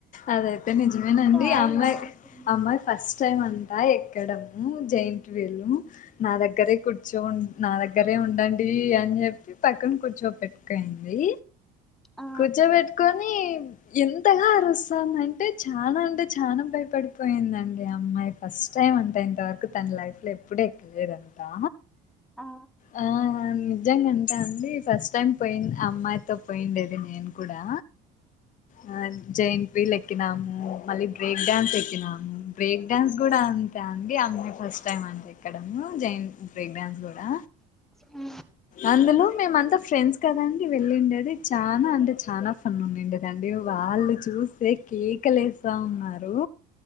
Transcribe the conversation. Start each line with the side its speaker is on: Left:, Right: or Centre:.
Left: అది అయితే నిజమే అవునండి
Centre: చాలా
Left: అమ్మాయి
Centre: బాగుంటుంది
Left: అమ్మాయి ఫస్ట్ టైమ్ అంటా ఎక్కడం ఊ జైంట్ వీల్ నా దగ్గరే కూర్చో నా దగ్గరే ఉండండి అని చెప్పి పక్కన కూర్చోపెట్టుకోయింది
Centre: ఆ
Left: కూర్చోబెట్టుకొని ఎంతగా అరుస్తందంటే టే చానా అంటే చానా భయ పడిపోయిందండి అమ్మాయి ఫస్ట్ టైమ్ అంటా ఇంతవరకు తన లైఫ్ లో ఎప్పుడూ ఎక్కలేదంటా
Centre: ఆ
Left: ఆ నిజంగా అంట అండి ఫస్ట్ టైం పోయిన్ అమ్మాయితో పోయిండేది నేను కూడా ఆ జైంట్ వీల్ ఎక్కినాము మళ్ళీ బ్రేక్ డాన్స్ ఎక్కినాము బ్రేక్ డాన్స్ కూడా అంతే అండి అమ్మాయి ఫస్ట్ టైమ్ అంట ఎక్కడము జైన్ బ్రేక్ డాన్స్ కూడా
Centre: ఉమ్
Left: అందులో మేమ అంతా ఫ్రెండ్స్ కదండి వెళ్ళిండేది అది చాలా అంటే చానా ఫన్ ఉండిడేది అండి వాళ్ళు చూస్తే కేకలు వేస్తా ఉన్నారు